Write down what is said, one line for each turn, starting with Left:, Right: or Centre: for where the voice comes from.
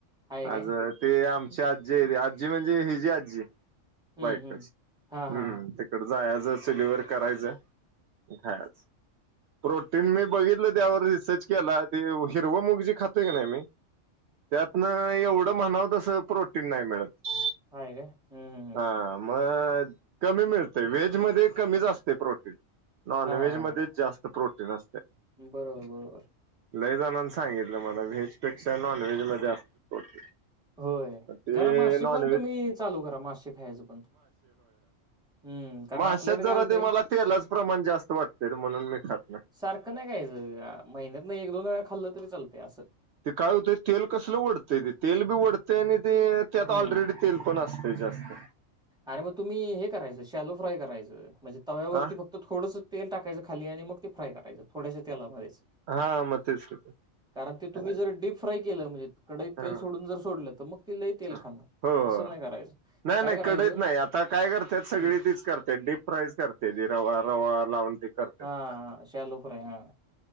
Centre: आहे काय
Right: आजर ते आमची आजी ए आजी म्हणजे हिजी आजी
Centre: हम्म
Right: बायकोची
Centre: हम्म हा हा
Right: हम्म
Centre: हा
Right: तिकडं जाय इथं चुलीवर करायच खायाचं प्रोटीन मी बघितलं त्यावर रिसर्च केला ते हिरवं मुग जी खातोय की नाही मी त्यातनं एवढं म्हणावतसं प्रोट टीन नाही मिळत
Centre: हा आहे काय हम्म हम्म हम्म.
Right: हा म कमी मिळते व्हेज मधे कमीच असतय प्रोटीन नॉनव्हेज
Centre: हा हा
Right: मधेच
Centre: हा
Right: जास्त प्रोटीन असतंय
Centre: बरोबर बरोबर
Right: लय जणानं सांगितलं मला व्हेज फिक्स नॉनव्हेज मध्ये असत प्रोटीन
Centre: होय
Right: ते
Centre: जरा मासे
Right: नॉनव्हेज
Centre: पण तुम्ही चालू करा मासे खायचं पण हम्म कारण
Right: माश्यात
Centre: आपल्याकडे
Right: जरा
Centre: काय होतंय
Right: ते मला तेलाच प्रमाण जास्त वाटतय म्हणून मी खात नाही
Centre: सारखं नाही खायचं महिन्यात एक दोन वेळा खाल्लं तरी चालतय असं
Right: ते काय होतंय तेल कसलं ओढतंय तेल बी ओढतंय आणि ते त्यात
Centre: हम्म
Right: ऑलरेडी तेल पण असतंय जास्त
Centre: अरे मग तुम्ही हे करायचं शॅलो फ्राय करायचं म्हणजे तव्यावरती
Right: हा
Centre: फक्त थोडंसं तेल टाकायचं खाली आणि मग ते फ्राय करायचं थोड्याश्या तेलामध्येच
Right: हा म तेच की ते
Centre: कारण ते तुम्ही
Right: करायचं
Centre: जर डीप फ्राय केलं म्हणजे कढईत तेल
Right: हा
Centre: सोडून जर सोडलं तर मग ती लय तेल
Right: हा
Centre: खातं
Right: हो
Centre: तसं नाही करायचं
Right: नाही
Centre: काय
Right: नाही
Centre: करायचं
Right: कढईत नाही. आता काय करतात सगळी
Centre: हम्म.
Right: तीच करतेत डीप फ्राय च करतेत रवा रवा लावून ते करतात
Centre: हा
Right: फ्राय
Centre: हा शॅलो फ्राय हा